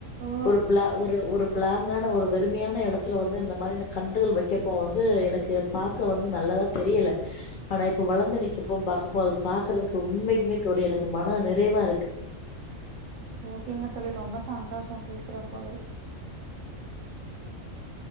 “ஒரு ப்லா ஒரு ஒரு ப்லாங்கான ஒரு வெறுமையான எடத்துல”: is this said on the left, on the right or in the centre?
Left